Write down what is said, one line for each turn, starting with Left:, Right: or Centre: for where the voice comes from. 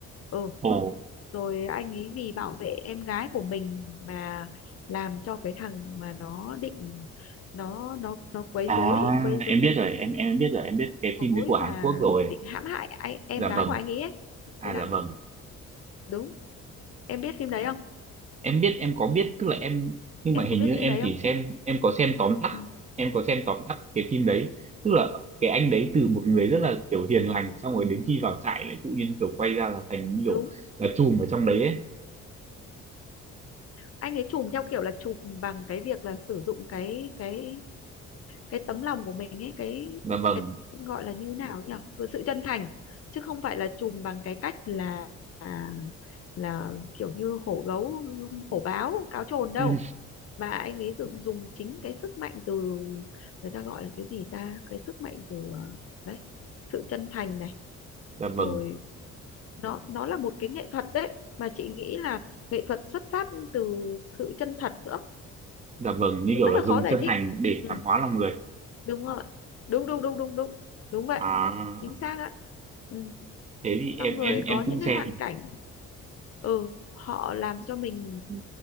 Left: ừ
Right: Ồ.
Left: rồi anh ấy vì bảo vệ em gái của mình mà làm cho cái thằng mà nó định nó nó nó quấy
Right: À,
Left: rối quấy
Right: em biết rồi, em em biết rồi, em biết cái
Left: rối
Right: phim đấy của Hàn
Left: và
Right: Quốc rồi.
Left: định hãm hại anh, em
Right: Dạ
Left: gái
Right: vâng.
Left: của anh ấy ấy
Right: À
Left: thế là
Right: dạ vâng.
Left: đúng em biết phim đấy không
Right: Em biết, em có biết, tức là em nhưng
Left: em
Right: mà hình
Left: có biết
Right: như em
Left: phim đấy
Right: chỉ
Left: không
Right: xem em có xem tóm tắt,
Left: ừ,
Right: em có xem tóm tắt cái phim đấy. Tức là cái anh đấy từ một người
Left: đúng
Right: rất
Left: rồi
Right: là kiểu hiền lành
Left: ừ,
Right: xong rồi đến khi vào trại lại tự nhiên kiểu quay ra là thành như kiểu
Left: đúng
Right: là trùm ở trong đấy ấy.
Left: anh ấy trùm theo kiểu là trùm bằng cái việc là sử dụng cái cái cái tấm lòng của mình ấy cái
Right: Dạ vâng
Left: cái gọi là như thế nào nhỉ Cái sự chân thành chứ không phải là trùm bằng cái cách là là, là kiểu như hổ gấu hổ báo cáo trồn đâu
Right: Ừ,
Left: mà anh ấy dùng dùng chính cái sức mạnh từ người ta gọi là cái gì ta cái sức mạnh từ ờ, đấy sự chân thành này
Right: dạ vâng
Left: rồi nó nó là một cái nghệ thuật đấy mà chị nghĩ là nghệ thuật xuất phát từ sự chân thật nữa
Right: dạ vâng như kiểu
Left: rất
Right: là
Left: là
Right: dùng
Left: khó giải
Right: chân
Left: thích
Right: thành để
Left: ừ
Right: cảm hóa lòng người
Left: đúng rồi đúng đúng đúng đúng đúng đúng vậy
Right: à
Left: chính xác ạ ừ
Right: thế thì em
Left: xong rồi
Right: em em
Left: có
Right: cũng
Left: những
Right: xem
Left: cái hoàn cảnh ừ họ làm cho mình
Right: Ừ.